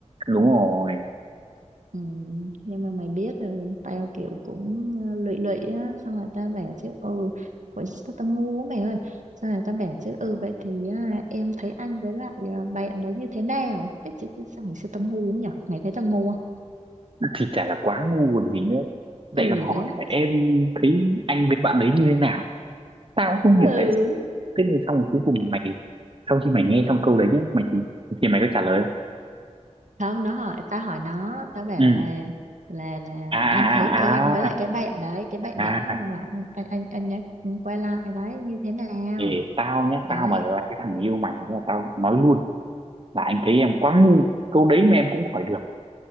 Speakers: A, on the right (about 45°); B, on the right (about 80°).
A: đúng rồi
B: Ừ, nhưng mà mày biết là tao kiểu cũng ờ, lụy lụy á, xong rồi tao bảo chứ ừ, hồi tao tao ngu á mày ơi. Xong rồi tao bảo chứ ừ vậy thì à, em thấy anh với lại à, bạn đó như thế nào? Cái chị cứ xong rồi xưa tao ngu nhỉ? Mày thấy tao ngu không?
A: thì chả là quá ngu còn gì nữa lại
B: Ừ
A: còn hỏi
B: đấy.
A: là em thấy anh với bạn đấy như thế nào tao cũng không
B: Ừ.
A: hiểu tại sao thế nhưng xong rồi cuối cùng là mày sau khi mày nghe xong câu đấy nhé mày thì thì mày có trả lời không
B: Không, nó hỏi tao hỏi nó, tao bảo
A: ừ
B: là là là
A: à
B: anh thấy em
A: à
B: với lại
A: à
B: cái bạn đấy, cái bạn
A: à
B: gái
A: à
B: mà
A: à.
B: mà anh anh anh, anh nhắc quay lại đấy như thế nào?
A: thì tao nhé tao
B: đấy
A: mà là cái thằng yêu mày là tao nói luôn là anh thấy em quá ngu câu đấy mà em cũng hỏi được